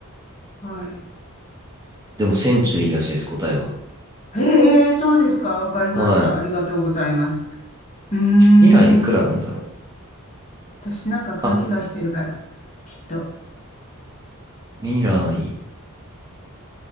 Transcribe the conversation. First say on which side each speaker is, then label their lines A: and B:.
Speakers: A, on the left; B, on the right.
A: はい。
B: でもセンチュリーらしいです、答えは。
A: へえ、そうですか。わかりました。
B: はい。
A: ありがとうございます。うーん。
B: 未来いくらなんだろう。
A: 私なんか勘違いしてるから、
B: あ、
A: きっと。
B: 未来。